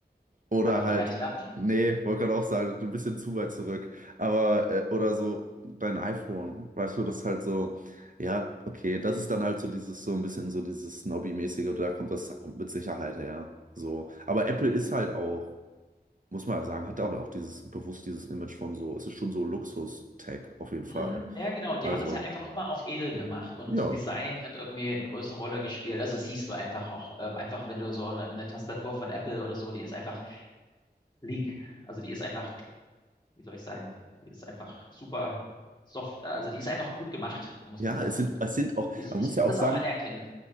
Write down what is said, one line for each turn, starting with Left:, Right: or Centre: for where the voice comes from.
Right: Oder
Left: Damals
Right: halt,
Left: noch gar nicht gab.
Right: nee, wollte gerade auch sagen, ein bisschen zu weit zurück. Aber, äh, oder so dein iPhone, weißt du, das ist halt so, ja, okay, das ist dann halt so dieses, so ein bisschen so dieses Snobby-mäßige, und da kommt das mit Sicherheit her. So. Aber
Left: Mhm.
Right: Apple ist halt auch, muss man auch sagen, hat auch, auch dieses, bewusst dieses Image von so, es ist schon so Luxus-Tech auf jeden
Left: Mhm.
Right: Fall.
Left: Ja, genau. Die
Right: Also,
Left: haben das ja einfach immer auf edel gemacht und
Right: ja.
Left: Design hat irgendwie eine größere Rolle gespielt. Also das siehst du einfach auch, äh, einfach wenn du so eine, eine Tastatur von Apple oder so, die ist einfach sleek. Also die ist einfach wie soll ich sagen, die ist einfach super soft, äh, also die ist einfach gut gemacht, muss
Right: Ja,
Left: man sagen.
Right: es sind,
Left: Und
Right: es sind auch,
Left: ich,
Right: man
Left: ich
Right: muss
Left: kann
Right: ja auch
Left: das
Right: sagen,
Left: auch anerkennen.